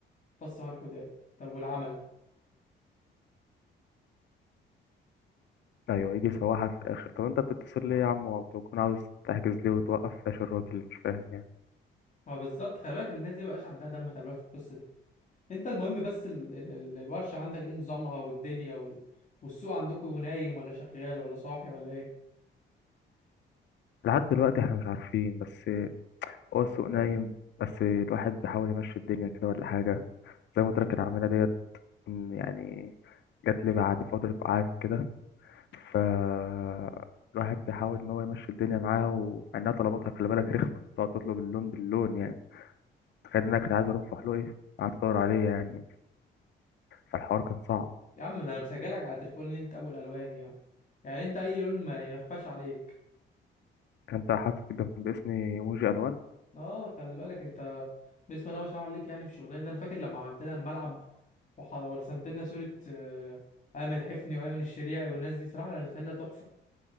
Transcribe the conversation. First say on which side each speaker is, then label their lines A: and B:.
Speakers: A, on the left (about 40°); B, on the left (about 60°).
A: فص ملح وداب طب والعمل
B: ايوه يجي يسوحك في الاخر طب انت بتتصل ليه يا عم وبتكون عاوز تحجز ليه وتوقف فلاش الراجل اللي مش فاهم يعني
A: ما هو بالظبط خلي بالك الناس دي مبقاش عندها دم خلي بالك في القصه دي انت المهم بس ال... ال... ال- الورشة عندك ايه نظامها والدنيا وال... والسوق عندكم نايم ولا شغال ولا صاحي ولا ايه
B: لحد دلوقتي احنا مش عارفين بس هو السوق نايم بس الواحد بيحاول يمشي الدنيا كده ولا حاجة زي ما قلت لك العمالة ديت يعني جات لي بعد فترة قعدت كده فالواحد بيحاول إن هو يمشي الدنيا معاه ومع إنها طلباتها خلي بالك رخمة تقعد تطلب اللون باللون يعني تخيل إنك كنت عايز أروح فحلوقي قعدت أدور عليه يعني فالحوار كان صعب
A: يا عم ده انا مسجلك على تليفون ان انت ابو الالوان يا يعني انت اي لون ما ما يخفاش عليك
B: أنت حاطط جنب اسمي إيموجي ألوان
A: اه خلي بالك انت بسم الله ما شاء الله عليك يعني في شغلنا انا فاكر لما عملت لنا الملعب وح... ورسمت لنا صورة آه، ايمن حفني وايمن الشريعي والناس دي بصراحة رسمت لنا تحفة